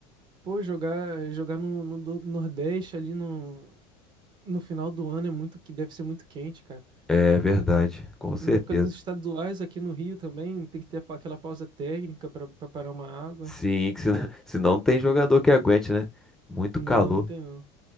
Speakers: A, on the right; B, in the centre.
A: Pô, jogar, jogar no, no do- Nordeste ali no, no final do ano é muito que deve ser muito quente, cara.
B: É verdade, com certeza.
A: Na época dos estaduais aqui no Rio também tem que ter pa- aquela pausa técnica para parar uma água.
B: Sim, que se <laughs> se não tem jogador que aguente, né? Muito
A: Não,
B: calor.
A: não tem não.